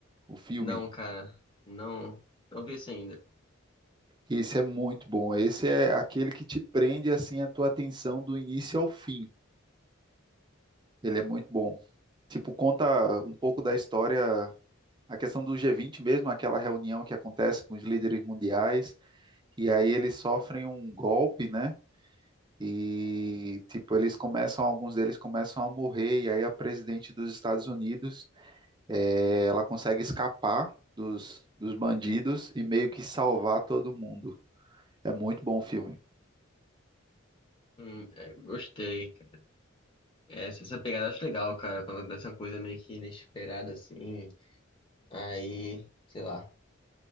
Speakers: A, on the right; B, on the left.
A: o filme?
B: Não, cara, não, não vi isso ainda.
A: Esse é muito bom. Esse é aquele que te prende assim a tua atenção do início ao fim. Ele é muito bom. Tipo, conta um pouco da história, a questão do G20 mesmo, aquela reunião que acontece com os líderes mundiais, e aí eles sofrem um golpe, né? E, tipo, eles começam, alguns deles começam a morrer, e aí a presidente dos Estados Unidos, eh, ela consegue escapar dos, dos bandidos e meio que salvar todo mundo. É muito bom o filme.
B: Hum, é, gostei, cara. É, se essa pegada eu acho legal, cara, quando acontece uma coisa meio que inesperada assim, aí, sei lá.